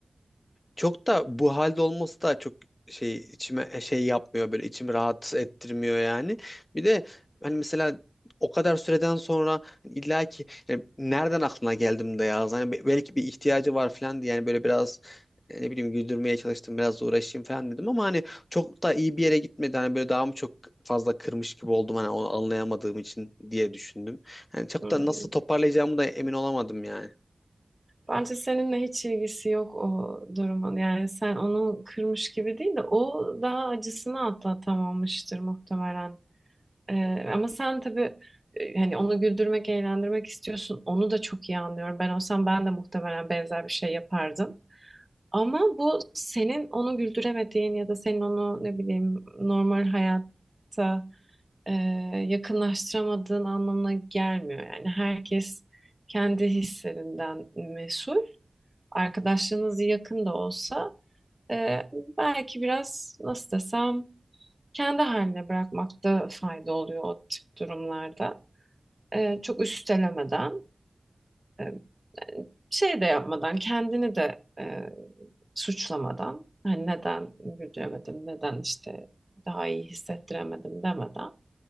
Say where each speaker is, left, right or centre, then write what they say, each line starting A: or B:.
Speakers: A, on the left (about 40°); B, on the right (about 20°).
A: Çok da bu halde olması da çok şey içime e, şey yapmıyor böyle içimi rahat ettirmiyor yani. Bir de hani mesela o kadar süreden sonra hani illa ki yani nereden aklına geldim de ya hani be- belki bir ihtiyacı var falan diye yani böyle biraz e, ne bileyim güldürmeye çalıştım biraz uğraşayım falan dedim ama hani çok da iyi bir yere gitmedi hani böyle daha mı çok fazla kırmış gibi oldum hani onu anlayamadığım için diye düşündüm. Hani çok
B: Hmm.
A: da nasıl toparlayacağımı da emin olamadım yani.
B: Bence seninle hiç ilgisi yok o durumun. Yani sen onu kırmış gibi değil de o daha acısını atlatamamıştır muhtemelen. Ee, ama sen tabii e, hani onu güldürmek, eğlendirmek istiyorsun. Onu da çok iyi anlıyorum. Ben olsam ben de muhtemelen benzer bir şey yapardım. Ama bu senin onu güldüremediğin ya da senin onu ne bileyim normal hayatta e, yakınlaştıramadığın anlamına gelmiyor. Yani herkes kendi hislerinden mesul. Arkadaşlığınız yakın da olsa e, belki biraz nasıl desem kendi haline bırakmakta fayda oluyor o tip durumlarda. Ee, çok üstelemeden, e, şey de yapmadan, kendini de e, suçlamadan, hani neden güldüremedim, neden işte daha iyi hissettiremedim demeden